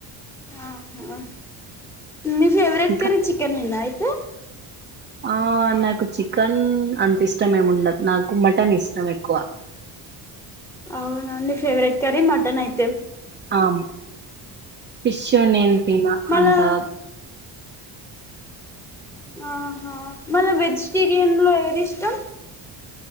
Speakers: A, in the centre; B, on the right (about 25°).
A: ఆహ మీ ఫేవరెట్
B: ఇంకా
A: కర్రి చికెన్ ఏనా కు
B: ఆ నాకు చికెన్ అంత ఇష్టం ఏమి ఉండదు నాకు మటన్ ఇష్టం ఎక్కువ
A: అవు నండి ఫేవరెట్ కరీ మటన్ అయి
B: ఆమ్ ఫిష్ నేన్ తిన
A: మళ్ళా
B: అంతా
A: ఆహా మళ్ళా వెజిటేరియన్ లో ఏది ఇష్టం